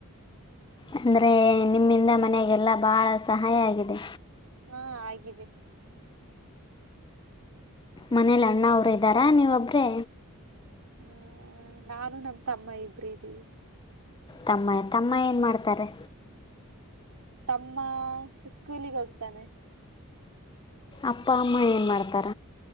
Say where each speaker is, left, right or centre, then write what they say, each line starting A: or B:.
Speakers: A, on the left; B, on the right.
A: ಅಂದ್ರೆ ನಿಮ್ಮಿಂದ ಮನೆಗೆಲ್ಲಾ ಬಾಳ ಸಹಾಯ ಆಗಿದೆ
B: ಹಾ ಆಗಿದೆ
A: ಮನೇಲಿ ಅಣ್ಣ ಅವರು ಇದ್ದಾರ ನೀವೊಬರೇ
B: ಹ ನಾನು ನನ್ ತಮ್ಮ ಇಬರು ಇದೀವಿ
A: ತಮ್ಮ ತಮ್ಮ ಏನ್ ಮಾಡ್ತಾರೆ
B: ತಮ್ಮ ಸ್ಕೂಲಿಗೆ ಹೋಗ್ತಾನೆ
A: ಅಪ್ಪ ಅಮ್ಮ ಏನು ಮಾಡತಾರ